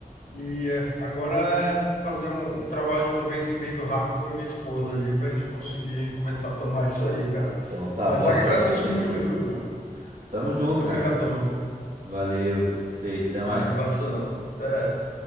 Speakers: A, on the left; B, on the right.
A: E é, agora é fazer um, um trabalho de convencimento rápido na minha esposa ali para a gente conseguir começar a tomar <laughs> isso aí, cara.
B: Então tá,
A: Mas
B: boa
A: agradeço
B: sorte com isso aí,
A: muito,
B: cara.
A: viu, meu? Muito
B: Tamo junto,
A: obrigadão,
B: cara.
A: viu?
B: Valeu, feito, até mais.
A: Valeu, abração. Até.